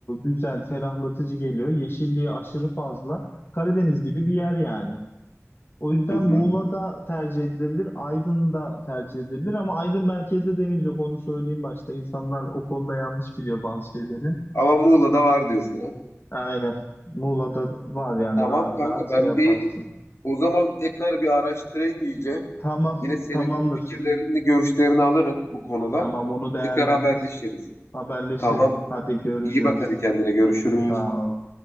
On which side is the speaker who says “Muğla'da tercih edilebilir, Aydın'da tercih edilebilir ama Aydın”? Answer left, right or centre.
Left